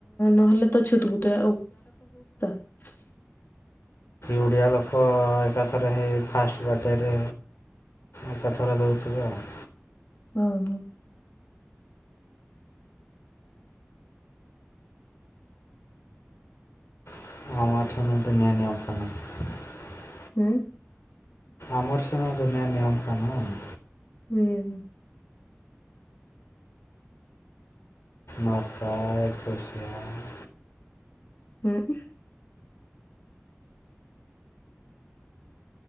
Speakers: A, on the left; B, on the left.
A: ନହେଲେ ତ ଛୁତୁକ <unintelligible>
B: ଓଡ଼ିଆ ଲୋକ ଏକାଥରେ ହେଇ ଫାଷ୍ଟ ବାର୍ଥଡେରେ ଏକାଥରେ ଦୋଉଥିବେ ଆଉ।
A: ହଁ।
B: <unintelligible>
A: ହୁଁ।
B: ଆମର ସିନା ଦୁନିଆ ନିୟମକାନୁନ।
A: ହୁଁ। <inaudible>
B: ନଟା ଏକୋଇଶି ହେଲାଣି।
A: ହୁଁ।